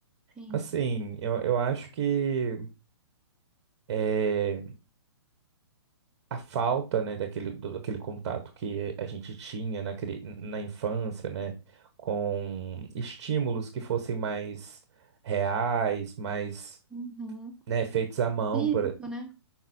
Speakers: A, in the centre; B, on the right.
A: sim.
B: Assim, eu, eu acho que é, a falta, né, daquele, do- daquele contato que a gente tinha na, cri- na infância, né, com estímulos que fossem mais reais, mais,
A: Uhum.
B: né, feitos à mão.
A: Físico,
B: Por...
A: né?